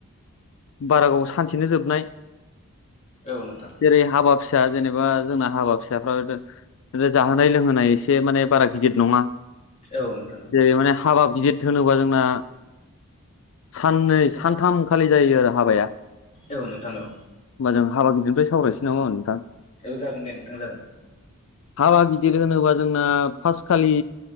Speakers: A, on the left; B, on the left.
A: बारा गोबाव सानसेनो जोबनाय।
B: औ नोंथां।
A: जेरै हाबा फिसा जेनेबा जोंना हाबा फिसाफ्रा जाहोनाय लोंहोनाय एसे माने बारा गिदिर नङा।
B: औ नोंथां औ
A: जेरै माने हाबा गिदिर होनोबा जोंना। साननै सानथामखालि जायो आरो। हाबाया
B: औ नोंथां औ
A: होमबा जों हाबा गिदिरनिफ्राय सावरायनिसै नामा होनबा नोंथां।
B: औ जागोन दे नोंथां जागोन।
A: हाबा गिदिर होनोबा जोंना फार्स्ट खालि